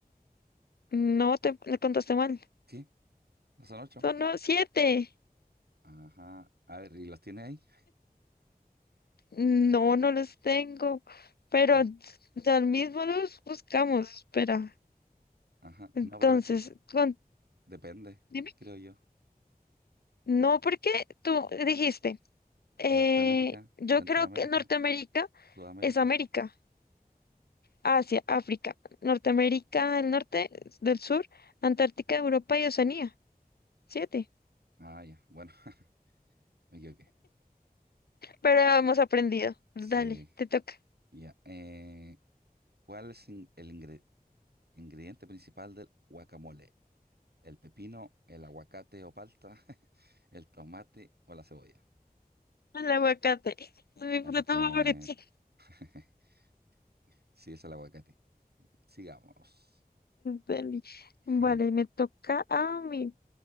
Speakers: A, on the left; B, on the right.
A: No, te, le contaste mal.
B: ¿Sí? ¿No son ocho?
A: Son no, siete.
B: Ajá. A ver, ¿y los tiene ahí?
A: No, no los tengo. Pero
B: Bueno,
A: al mismo los buscamos. Espera.
B: ajá.
A: Entonces,
B: No, pero es que
A: con-
B: depende,
A: dime.
B: creo yo.
A: No, porque tú dijiste, eh,
B: Norteamérica,
A: yo
B: Centroamérica,
A: creo que Norteamérica
B: Sudamérica.
A: es América, Asia, África, Norteamérica del norte, del sur, Antártica, Europa y Oceanía. Siete.
B: Ah, ya. Bueno, <laughs> me equivoqué.
A: Pero hemos aprendido. Dale,
B: Sí,
A: te toca.
B: ya. Eh, ¿cuál es in- el ingrediente? Ingrediente principal del guacamole. El pepino, el aguacate o palta, <laughs> el tomate o la cebolla.
A: El aguacate. Es mi
B: Efectivamente.
A: fruta favorita.
B: <laughs> Sí, es el aguacate. Sigamos.
A: Dale.
B: <laughs>
A: Vale, me toca a mí.